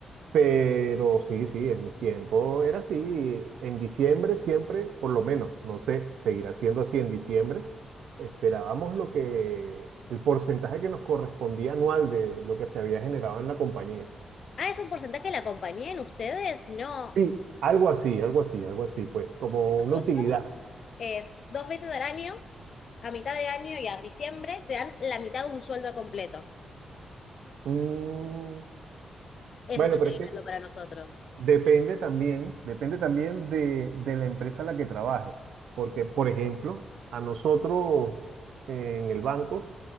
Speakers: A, on the right; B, on the left.
A: Pero sí, sí, en mis tiempos era así. En diciembre siempre, por lo menos, no sé, seguirá siendo así en diciembre, esperábamos lo que, el porcentaje que nos correspondía anual de lo que se había generado en la compañía.
B: Ah, es un porcentaje de la compañía en ustedes. No,
A: Sí. Algo así, algo así, algo así, pues como
B: nosotros
A: una utilidad.
B: es dos veces al año, a mitad de año y a diciembre, te dan la mitad de un sueldo completo.
A: Mm,
B: Eso
A: bueno,
B: es el
A: pero
B: aguinaldo
A: es que
B: para nosotros.
A: Depende también, depende también de, de la empresa a la que trabajes, porque, por ejemplo, a nosotros eh, en el banco